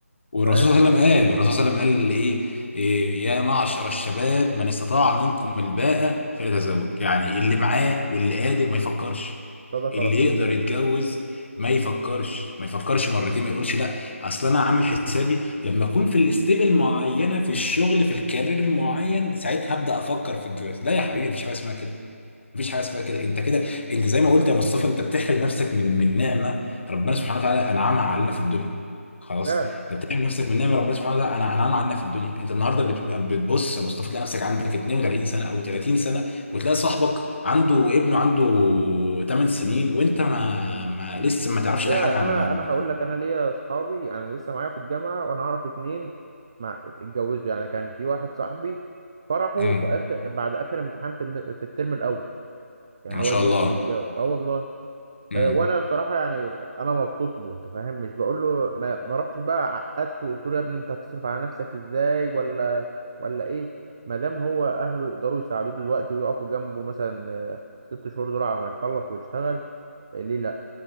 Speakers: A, on the left; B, on the right.
A: والرسول
B: فاهم
A: صلى الله عليه وسلم قال الرسول صلى الله عليه وسلم قال ايه إيه، يا معشر الشباب من استطاع منكم الباءة فليتزوج يعني اللي معاه واللي قادر ما يفكرش
B: صدق
A: اللي
B: رسول
A: يقدر
B: الله
A: يتجوز ما يفكرش ما يفكرش مرتين ما يقولش لا اصل انا عامل حسابي لما اكون في الاستيب المعينه في الشغل في الكارير المعين ساعتها هبدا افكر في الجواز لا يا حبيبي مفيش حاجه اسمها كده مفيش حاجه اسمها كده انت كده انت زي ما قلت يا مصطفى انت بتحرم نفسك من من نعمه ربنا
B: مم.
A: سبحانه وتعالى انعمها علينا في الدنيا خلاص
B: فعلا
A: انت بتحرم نفسك من نعمه ربنا سبحانه وتعالى أنا- انعمها علينا في الدنيا انت النهارده بتبقى بتبص يا مصطفى تلاقي نفسك عندك 32 سنه او 30 سنه وتلاقي صاحبك عنده ابنه عنده 8 سنين وانت ما, ما لسه ما تعرفش
B: لا
A: اي حاجه عن
B: انا
A: عن
B: انا هقول
A: عن-
B: لك انا ليا اصحابي انا لسه معايا في الجامعه وانا اعرف اتنين مع اتجوزوا يعني كان في واحد صاحبي فرحه
A: امم
B: في اخر بعد اخر امتحان في الم... في الترم الاول يعني
A: ما
B: هو
A: شاء
B: دلوقتي
A: الله
B: متجوز اه والله
A: امم
B: أه وانا بصراحه يعني انا مبسوط له انت فاهم مش بقول له ما, ما رحتش بقى عقدته وقلت له يا ابني انت هتصرف على نفسك ازاي ولا ولا ايه ما دام هو اهله يقدروا يساعدوه دلوقتي ويقفوا جنبه مثلا آه، ست شهور دول على ما يخلص ويشتغل آه، ليه لا